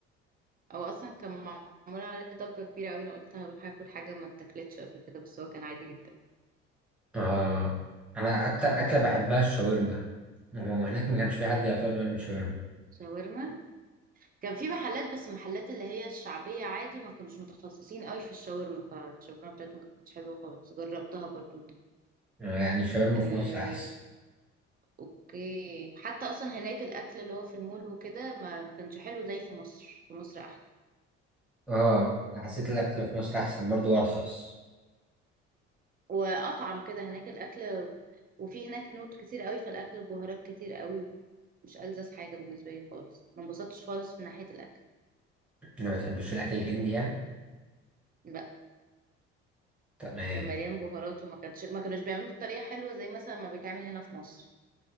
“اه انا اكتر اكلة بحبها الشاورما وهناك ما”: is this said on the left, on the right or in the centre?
Centre